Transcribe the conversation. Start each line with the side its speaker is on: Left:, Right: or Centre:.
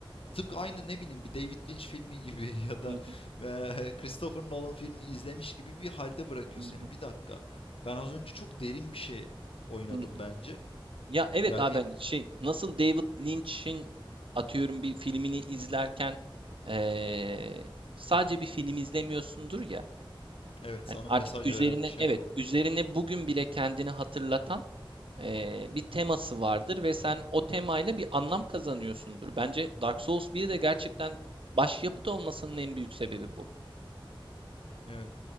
Left: tıpkı aynı ne bileyim bir David Lynch filmi gibi <laughs> ya da
Right: hı,
Left: eee, Christopher Nolan filmi izlemiş gibi bir halde bırakıyor
Right: hı
Left: seni.
Right: hı,
Left: Bir dakika. Ben az önce çok derin bir şey oynadım
Right: hı hı.
Left: bence.
Right: Ya evet
Left: Yani
Right: abi hani şey nasıl David Lynch'in atıyorum bir filmini izlerken eee, sadece bir film izlemiyorsundur ya.
Left: Evet,
Right: Hani
Left: sana
Right: artık
Left: mesaj
Right: üzerine
Left: veren bir şey
Right: evet
Left: var ortada.
Right: üzerine bugün bile kendini hatırlatan eee, bir teması vardır ve sen o temayla bir anlam kazanıyorsundur. Bence Dark Souls bir de gerçekten başyapıt olmasının en büyük sebebi bu.
Left: Evet.